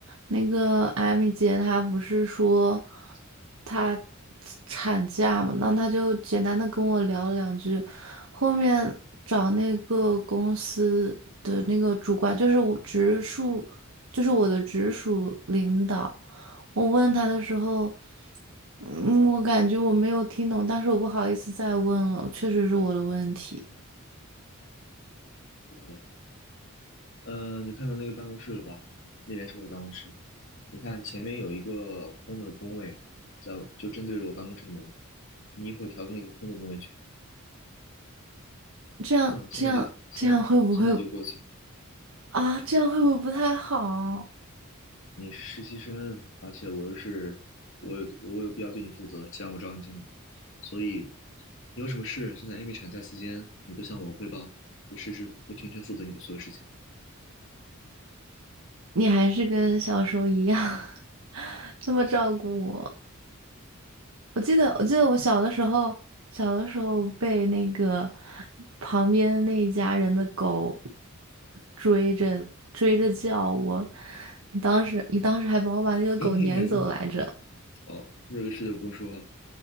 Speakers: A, on the right; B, on the left.
A: 那个艾米姐她不是说她产假嘛，那她就简单的跟我聊了两句，后面找那个公司的那个主管，就是我直属，就是我的直属领导，我问他的时候。嗯，我感觉我没有听懂，但是我不好意思再问了，确实是我的问题。
B: 知道了。呃，你看到那个办公室了吧？那边是我的办公室。你看前面有一个空的工位，在就正对着我办公室的门。你一会儿调到那个空的工位去。
A: 这样，
B: 算了，现在就现在现在就过去。
A: 这样，这样会不会啊？这样会不会不太好？
B: 你是实习生，而且我又是我有我有必要对你负责，既然我招你进来，所以你有什么事，现在 Amy 产假期间，你都向我汇报，我实时我全权负责你的所有事情。
A: 你还是跟小时候一样 <laughs> 那么照顾我。我记得，我记得我小的时候，小的时候被那个旁边那一家人的狗追着追着叫我，你当时你当时还帮我把那个狗撵走来着。
B: 停停停，好了，这个事就不用说了，